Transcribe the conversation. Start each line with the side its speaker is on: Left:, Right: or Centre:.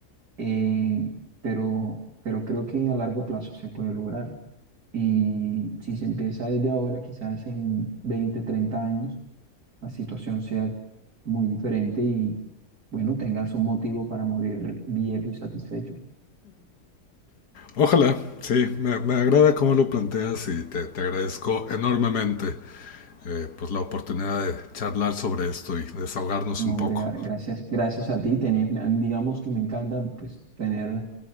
Right: eh, pero, pero creo que a largo plazo se puede lograr. Y si se empieza desde ahora, quizás en 20 30 años, la situación sea muy diferente y, bueno, tengas un motivo para morir viejo y satisfecho.
Left: ojalá, sí, me, me agrada cómo lo planteas y te, te agradezco enormemente eh, pues la oportunidad de charlar sobre esto y desahogarnos
Right: No,
Left: un poco.
Right: hombre, gra- gracias, gracias a ti. Teni- me- digamos que me encanta pues, tener